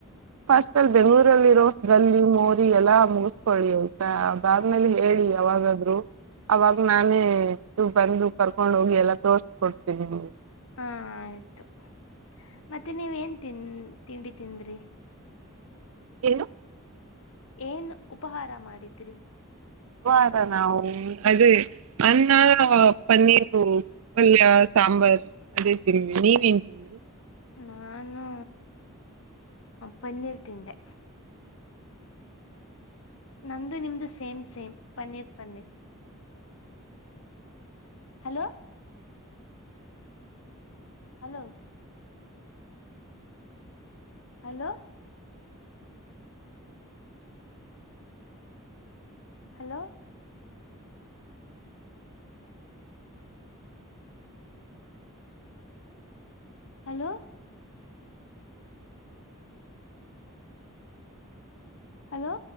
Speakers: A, on the right (about 70°); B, on the left (about 65°).
A: ಫಸ್ಟ್ ಅಲ್ಲಿ ಬೆಂಗಗಳೂರಲ್ಲಿ ಇರೋ ಗಲ್ಲಿ ಮೋರಿ ಎಲ್ಲಾ ಮುಗಸ್ಕೊಳ್ಳಿ ಆಯ್ತಾ ಅದಾದ್ಮೇಲೆ ಹೇಳಿ ಯಾವಾಗಾದ್ರು ಅವಾಗ ನಾನೇ ಇ ಬಂದು ಕರ್ಕೊಂಡ್ ಹೋಗಿ ಎಲ್ಲಾ ತೋರ್ಸ್ಕೊಡ್ತೀನಿ ನಿಮಗೆ
B: ಹಾ ಆಯ್ತು ಮತ್ತೆ ನೀವ ಏನ್ ತಿನ್ ತಿಂಡಿ ತಿಂದ್ರಿ
A: ಏನು
B: ಏನ್ ಉಪಹಾರ ಮಾಡಿದ್ರಿ
A: ವಾರ ನಾ ಅದೇ ಅಾರ ಪನ್ನೀರು ಪಲ್ಯ ಸಾಂಬಾರ್ ಅದೇ ತಿನ್ಿ ನೀವೇನ್ ತಿನ್ಿ
B: ನಾನು ಪನ್ನೀರ್ ತಿಂದೆ ನಮ್ದ ನಿಮ್ದು same same paneer paneer <inaudible> hello hello hello hello hello hello